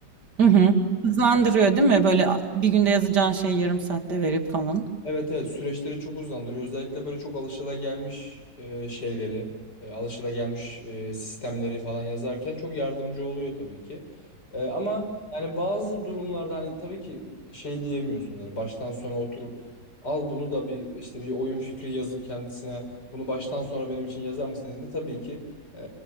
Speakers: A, on the right; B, on the left.
A: Hı hı. Hızlandırıyor değil mi? Böyle a- bir günde yazacağın şeyi yarım saatte verip falan.
B: Evet evet süreçleri çok uzandırıyor. Özellikle böyle çok alışılagelmiş e, şeyleri, e, alışılagelmiş e, sistemleri falan yazarken çok yardımcı oluyor tabii ki. E, ama yani bazı durumlarda hani tabii ki şey diyemiyorsunuz. Hani baştan sona oturup al bunu da bir işte bir oyun fikri yazıp kendisine bunu baştan sona benim için yazar mısın dediğinde tabii ki e,